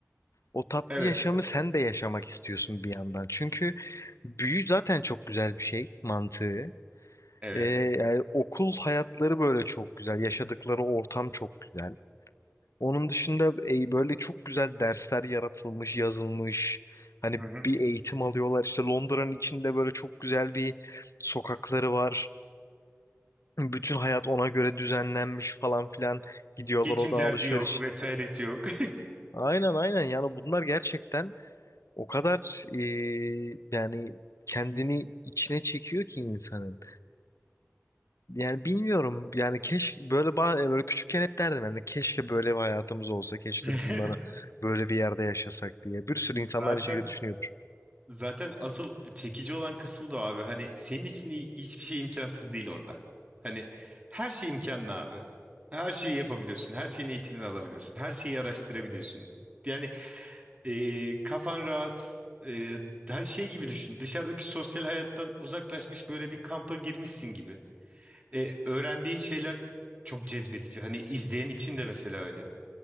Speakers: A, on the left; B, on the right.
A: o tatlı
B: Evet.
A: yaşamı sen de yaşamak istiyorsun bir yandan. Çünkü büyü zaten çok güzel bir şey mantığı.
B: Evet.
A: Ee, yani okul hayatları böyle çok güzel. Yaşadıkları ortam çok güzel. Onun dışında e, böyle çok güzel dersler yaratılmış, yazılmış. Hani
B: Hı hı.
A: bir eğitim alıyorlar. İşte Londra'nın içinde böyle çok güzel bir sokakları var. Bütün hayat ona göre düzenlenmiş falan filan. Gidiyorlar
B: Geçim
A: oradan
B: derdi
A: alışveriş.
B: yok vesairesi yok.
A: Aynen aynen yani bunlar gerçekten o kadar e, yani kendini içine çekiyor ki insanın. Yani bilmiyorum. Yani keşke böyle ba- e, böyle küçükken hep derdim ben de keşke böyle bir hayatımız olsa, keşke
B: <laughs>
A: bunlara böyle bir yerde yaşasak diye. Bir sürü insan
B: <laughs> Zaten
A: da aynı şekilde düşünüyordur.
B: Zaten asıl çekici olan kısmı da o abi. Hani senin için hi- hiçbir şey imkansız değil orada. Hani her şey imkanlı abi. Her şeyi yapabiliyorsun. Her şeyin eğitimini alabiliyorsun. Her şeyi araştırabiliyorsun. Yani e, kafan rahat. E, her şey gibi düşün. Dışarıdaki sosyal hayattan uzaklaşmış böyle bir kampa girmişsin gibi. E, öğrendiğin şeyler çok cezbedici. Hani izleyen için de mesela öyle.